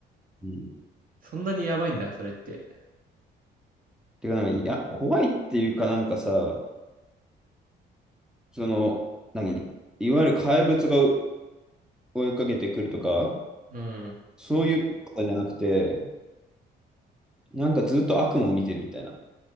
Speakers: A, in the centre; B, on the right (about 45°).
A: うん。
B: そんなにやばいんだ、それって。
A: てか、なんか、いや、怖いっていうかなんかさ、その、何いわゆる怪物が追いかけてくるとか、
B: うん。
A: そういうことじゃなくて、なんかずっと悪夢を見てるみたいな。